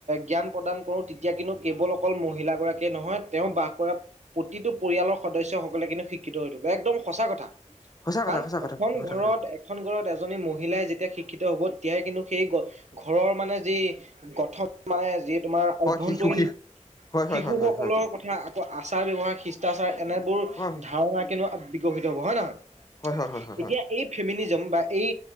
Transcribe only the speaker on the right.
জ্ঞান প্ৰদান কৰো, তেতিয়া কিন্তু কেৱল অকল মহিলা গৰাকীয়েই নহয়, তেওঁ বাস কৰা প্ৰতিটো পৰিয়ালৰ সদস্যসকলে কিন্তু শিক্ষিত হৈ উঠিব, একদম সঁচা কথা। কাৰণ
এখন
ঘৰত
এ এখন ঘৰত এজনী মহিলাই যেতিয়া শিক্ষিত হ'ব, তেতিয়াহে কিন্তু সেই ঘৰৰ মানে যি গঠন মানে যি তোমাৰ
অভ্যন্তৰীণ
শিশুসকলৰ
কথা, আকৌ আচাৰ ব্যৱহাৰ, শিষ্টাচাৰ এনেবোৰ
ধাৰণা ৱা বিকশিত হ'ব, হয় নে নহয়?
এতিয়া
এই ফেমিনিজম বা এই